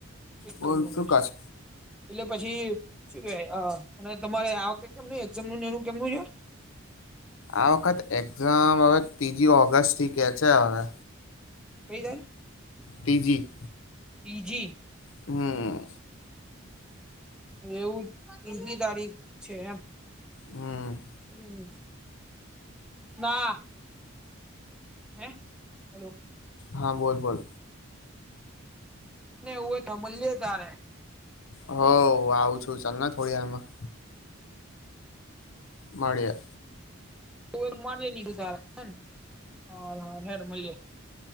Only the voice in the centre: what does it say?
એકજ
મિનિટ
એટલે પછી શું કેવાય અ તમારે આ વખતે કેમ એઝામ નું ને એનું કેમનું છે
થઈ જાય
તિજી
એવું ત્રીજી તારીખ છે એમ
હમ વા હે બોલો
ને હું હોય મળએ તારે
<unintelligible>